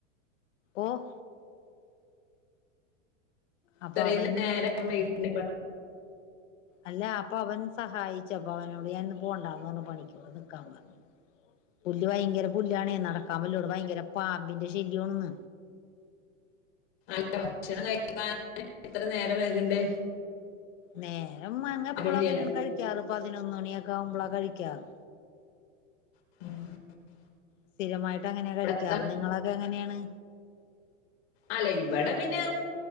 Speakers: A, on the left; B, on the left.
A: ഓഹ് അപ്പൊ
B: ഇത്രയും
A: അവൻ
B: നേരം വൈകണ്ട്
A: അല്ല അപ്പൊ അവൻ സഹായിച്ചപ്പൊ അവനോട് ഞാന്ന് പോണ്ടന്ന് പറന്ന് പണിക്കോവാണ്ട് നിക്കാൻ പറഞ്ഞു പുല്ല് ഭയങ്കര പുല്ലാണേ നടക്കാൻ പറ്റുന്നില്ലേ ഭയങ്കര പാമ്പിന്റെ ശല്യമാണ്
B: അല്ല ഭക്ഷണം കഴിക്കാൻ എത്ര നേരം വേയ്കണ്ട്
A: നേരം അ എപ്പഴും
B: ആരുല്ലല്ലോ
A: അങ്ങനെയാണ് കഴിക്കാറ് പതിനൊന്ന് മണിയൊക്കെ ആവുമ്പോളാ കഴിക്കാറ്
B: <inaudible>
A: സ്ഥിരമായിട്ട്ങ്ങനെയ
B: ഇവിടെ
A: കഴിക്കാറ് നിങ്ങളൊക്കെ എങ്ങനെയാണ്
B: അല്ലേ ഇവിടെ പിന്നെ